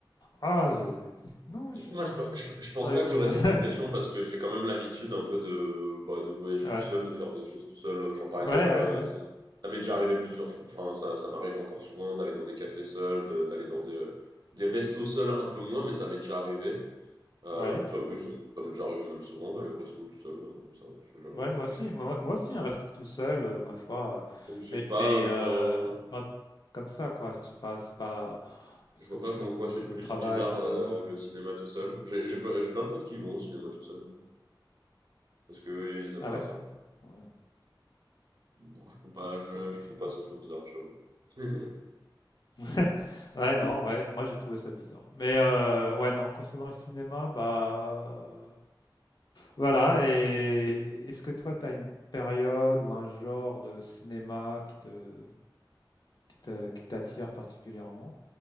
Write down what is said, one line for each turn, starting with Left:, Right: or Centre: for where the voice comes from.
Left: Ah, j'ai- non, je suis
Right: Moi,
Left: normal.
Right: je, pe- je, je pense
Left: Vous.
Right: pas que j'aurais
Left: <laughs>
Right: cette impression parce que j'ai quand même l'habitude un peu de, bah, de voyager
Left: Ouais,
Right: tout seul, de faire des choses tout seul. Euh, Genre, par
Left: ouais,
Right: exemple,
Left: ouais,
Right: euh, ça, ça m'est déjà arrivé plusieurs fois, enfin, ça, ça m'arrive encore souvent d'aller dans des cafés seuls, de- d'aller dans des, des restos seuls un peu moins, mais ça m'est déjà arrivé. Euh,
Left: ouais.
Right: ça, oui, ça, ça m'est déjà arrivé même souvent d'aller au resto tout seul, euh, comme ça, parce que j'avais
Left: Ouais,
Right: envie.
Left: moi aussi, moi, moi aussi, hein, reste tout seul, euh, ma foi. euh,
Right: Donc, j'ai
Left: mais
Right: pas,
Left: mais
Right: enfin,
Left: euh, ben, comme ça, quoi. C'est pas, c'est pas parce
Right: je vois
Left: que
Right: pas
Left: je suis,
Right: en quoi c'est
Left: je suis
Right: plus
Left: au travail,
Right: bizarre
Left: je suis
Right: euh,
Left: dehors.
Right: le
Left: mmh.
Right: cinéma tout seul. J'ai j'ai pe- j'ai plein de potes qui vont au cinéma tout seul hein, parce que eux, ils aiment
Left: Ah
Right: bien
Left: ouais?
Right: ça.
Left: Ouais,
Right: Non, je trouve pas,
Left: peut-être qu'ils
Right: je,
Left: se retrouvent
Right: je
Left: sur
Right: trouve
Left: place.
Right: pas ça trop bizarre, je t'avoue. <laughs>
Left: <laughs> Ouais, non, ouais, moi j'ai trouvé ça bizarre. Mais euh, ouais, non, concernant le cinéma, bah euh, voilà. Et est-ce que toi, t'as une période ou un genre de cinéma qui te qui te- qui t'attire particulièrement?